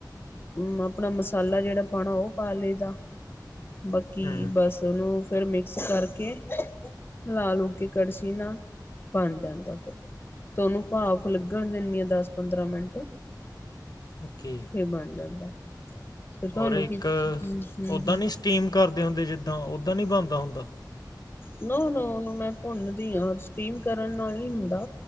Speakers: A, on the left; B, on the left.
A: ਮੈ ਅਪਣਾ ਮਸਾਲਾ ਜੇੜਾ ਪਾਣਾ ਓਹ ਪਾ ਲਈਦਾ ਬਾਕੀ,
B: ਹੂੰ
A: ਬਸ ਤੇ ਓਨੂੰ ਫੇਰ ਮਿਕਸ ਕਰਕੇ ਨਾਲ ਓਹਦੇ ਕੜਛੀ ਨਾਲ ਬਣ ਜਾਂਦਾ ਫੇਰ। ਤੇ ਓਨੂੰ ਪਾਫ਼ ਲੱਗਣ ਦਿੰਣੀ ਆ ਦਸ-ਪੰਦਰਾਂ ਮਿੰਟ।
B: ਓਕੇ।
A: ਫੇਰ ਬਣ ਜਾਂਦਾ ਐ ਫੇਰ ਤੁਆਨੂੰ
B: ਔਰ ਇੱਕ
A: ਕੀ ਹੂੰ- ਹੂੰ,
B: ਉੱਦਾਂ
A: ਹੂੰ।
B: ਨਹੀਂ ਸਟੀਮ ਕਰਦੇ ਹੋੰਦੇ ਜਿੱਦਾਂ, ਓਦਾਂ ਨੀ ਬੱਣਦਾ ਹੁੰਦਾ?
A: ਨੋ- ਨੋ ਉਨੂੰ ਮੈਂ ਭੁੰਨਦੀ ਆਂ, ਸਟੀਮ ਕਰਨ ਨਾਲ ਨੀ ਹੁੰਦਾ